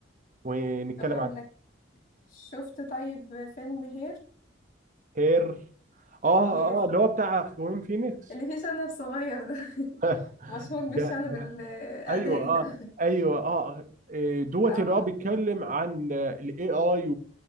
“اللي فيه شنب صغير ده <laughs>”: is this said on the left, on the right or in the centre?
Left